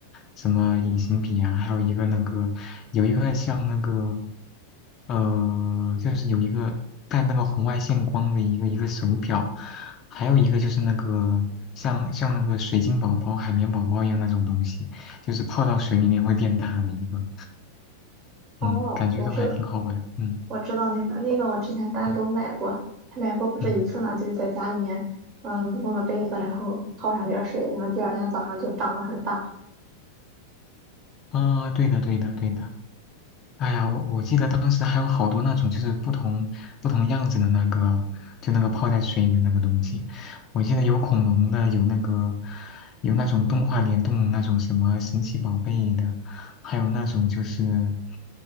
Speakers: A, on the left (about 30°); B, on the right (about 35°).
A: 什么隐形笔啊，还有一个那个有一个像那个呃，就是有一个带那个红外线光的一个一个手表，还有一个就是那个像像那个水晶宝宝、海绵宝宝一样那种东西，就是泡到水里面会变大的一个。
B: 哦，
A: 嗯，感觉都还挺好玩，
B: 我知道。
A: 嗯
B: 我知道那个那个，我之前单独买过，
A: 嗯
B: 还买过不止一次呢。
A: 嗯，
B: 就是在家里面，嗯，弄个杯子，然后泡上点儿水，然后第二天早上就长得很大。
A: 啊，对的对的对的，哎呀，我我记得当时还有好多那种就是不同不同样子的那个，就那个泡在水里的那个东西。我记得有恐龙的，有那个有那种动画联动的那种什么神奇宝贝的，还有那种就是